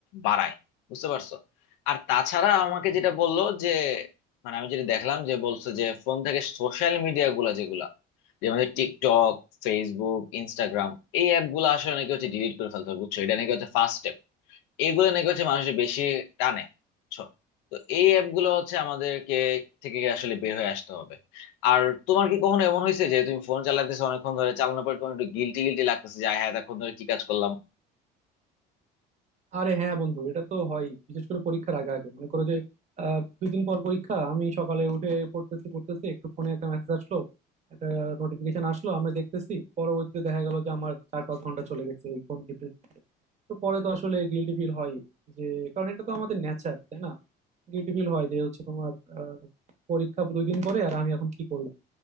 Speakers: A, on the left (about 80°); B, on the right (about 35°).
A: বাড়ায় বুঝতে পারছো আর তাছাড়া আমাকে যেটা বললো যে মানে আমি যেটা দেখলাম যে বলছে যে ফোন থেকে সোশ্যাল মিডিয়া গুলা যেগুলা যেমন যে আমাদের টিকটক ফেসবুক ইনস্টাগ্রাম এই অ্যাপ গুলো আসলে নাকি হচ্ছে ডিলিট করে ফেলতে হবে বুঝছো এটা নাকি হচ্ছে ফার্স্ট স্টেপ এইগুলো নাকি হচ্ছে মানুষের বেশি টানে বুঝছো তো এই অ্যাপ গুলো হচ্ছে আমাদেরকে থেকে আসলে বের হয়ে আসতে হবে আর তোমার কি কখনো এমন হয়েছে যে তুমি ফোন চালাতেছো অনেকক্ষণ ধরে চালানোর পর তোমার একটু গিলটি গিলটি লাগতেছে যে আয় হ্যাঁ এতক্ষণ ধরে কি কাজ করলাম
B: আরে হ্যাঁ বন্ধু এটা তো হয় বিশেষ করে পরীক্ষার আগে আগে মনে করো যে আহ, দুই দিন পর পরীক্ষা আমি সকালে উঠে পড়তেছি পড়তেছি একটু ফোনে একটা মেসেজ আসলো একটা নোটিফিকেশন আসলো আমরা দেখতেছি পরবর্তীতে দেখা গেল যে আমার চার পাঁচ ঘন্টা চলে গেছে এই ফোন টিপতে টিপতে। তো পরে তো আসলে গিল্টি ফিল হয় যে কারণ এটা তো আমাদের নেচার তাই না গিল্টি ফিল হয় যে হচ্ছে তোমার আহ, পরীক্ষা দুই দিন পরে আর আমি এখন কি করলাম